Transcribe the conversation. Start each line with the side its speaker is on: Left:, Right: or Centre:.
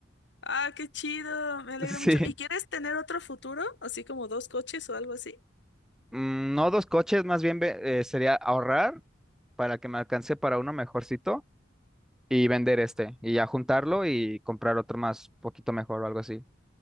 Left: Ah, qué chido, me alegra
Centre: Sí.
Left: mucho. ¿Y quieres tener otro futuro? Así como dos coches o algo así.
Centre: Mm, No dos coches, más bien ve- eh, sería ahorrar para que me alcance para uno mejorcito y vender este y ya juntarlo y comprar otro más poquito mejor o algo así.